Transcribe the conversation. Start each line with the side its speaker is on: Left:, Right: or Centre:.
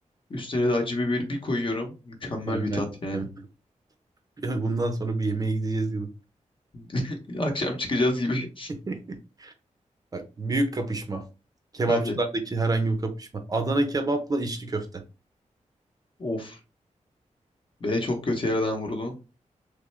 Left: Üstüne de acı biber bir koyuyorum. Mükemmel
Right: Mükemmel,
Left: bir tat
Right: mükemmel.
Left: yani.
Right: Ya Bundan sonra bir yemeğe gideceğiz gibi.
Left: <laughs> Akşam çıkacağız gibi.
Right: <laughs> Bak, büyük kapışma. Kebapçılardaki
Left: <laughs> Hadi.
Right: herhangi bir kapışma. Adana kebapla içli köfte.
Left: Of. Beni çok kötü yerden vurdun.